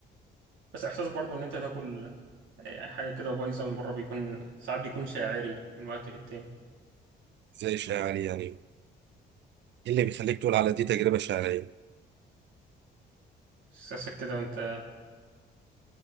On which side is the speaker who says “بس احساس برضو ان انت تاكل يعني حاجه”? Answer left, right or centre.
Right